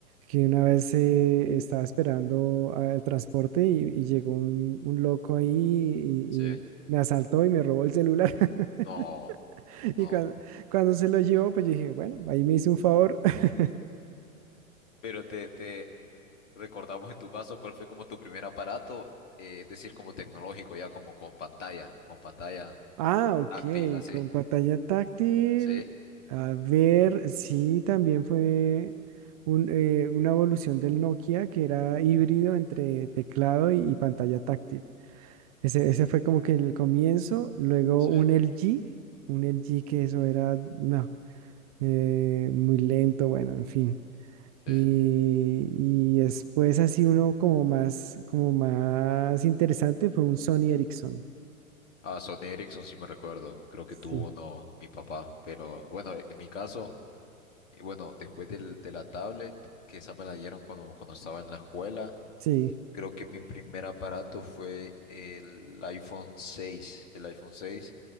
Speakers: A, on the right; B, on the left.
A: que una vez eh, estaba esperando al transporte y, y llegó un, un loco ahí y,
B: Sí.
A: y me asaltó y me robó el celular. <laughs>
B: No, no.
A: Y cuan- cuando, se lo llevó, pues yo dije, bueno, ahí me hizo un favor. <laughs>
B: Pero te, te, Recordamos en tu caso cuál fue como tu primer aparato, eh, es decir, como tecnológico, ya como con pantalla, con pantalla
A: Ah, ok,
B: táctil, así.
A: con pantalla táctil.
B: Sí,
A: A ver, sí, también fue un, eh, una evolución del Nokia que era híbrido entre teclado y y pantalla táctil. Ese, ese fue como que el comienzo, luego
B: sí,
A: un LG, un LG que eso era, no, eh, muy lento, bueno, en fin.
B: sí.
A: Y, y después así uno como más, como más interesante fue un Sony Ericsson.
B: Ah, Sony Ericsson sí me recuerdo, creo que
A: Sí,
B: tuvo uno mi papá, pero bueno, en mi caso, eh, bueno, después del, de la tablet, que esa me la dieron cuando, cuando estaba en la escuela,
A: sí,
B: creo que mi primer aparato fue el iPhone seis el iPhone seis